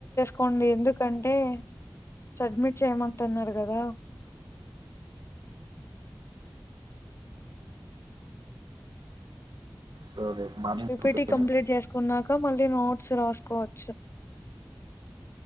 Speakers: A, on the left; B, on the right.
A: కొండి ఎందుకంటే సబ్మిట్ చెయ్యమంటనరు కదా
B: సో రేపు మార్నింగ్
A: పీపీటి
B: కూర్చొని
A: కంప్లీట్ చేసుకున్నాక మళ్ళీ నోట్స్ రాసుకోవచ్చు